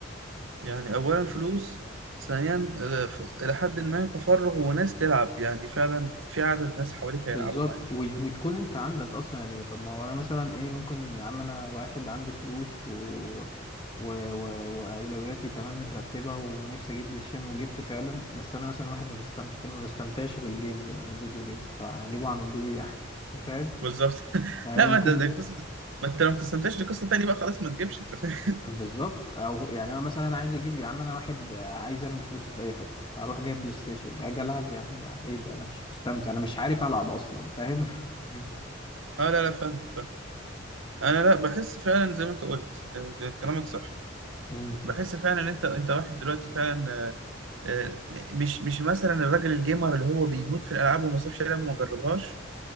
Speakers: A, on the right; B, on the left.
A: يعني اولا فلوس ثانيا آه، ف- الى حد ما تفرغ وناس تلعب يعني فعلا في عدد ناس حواليك هيلعبوا
B: بالظبط
A: معاك
B: وت- وتكون انت عندك اصلا يعني طب ما هو انا مثلا ايه ممكن يا عم انا واحد عندي فلوس و... و... و... واولوياتي تمام مترتبه ونفسي اجيب بلاي ستيشن وجبت فعلا بس انا مثلا واحد ما بستمتعش ما بستمتعش بالجيمز مثلا الفيديو جيمز فهجيبه اعمل بيه ايه يعني <laughs> فاهم
A: بالظبط <laughs>
B: يعني
A: لا
B: ممكن
A: ما ده ده قصه ما انت لو ما بتستمتعش دي قصه تانيه بقى خلاص ما تجيبش انت فاهم
B: بالظبط او يعني هو مثلا انا عايز اجيب يا عم انا واحد آه، عايز ارمي فلوسي في اي حته اروح جايب بلاي ستيشن اجي العب يا عم انا ايه ده انا مش مستمتع انا مش عارف العب اصلا فاهم <laughs>
A: اه لا لا فاهم انا لا بحس فعلا زي ما انت قلت آه، كلامك صح
B: مم.
A: بحس فعلا ان انت انت واحد دلوقتي فعلا آه، آه، مش مش مثلا الراجل الجيمر اللي هو بيموت في الالعاب وما سابش لعبه وما جربهاش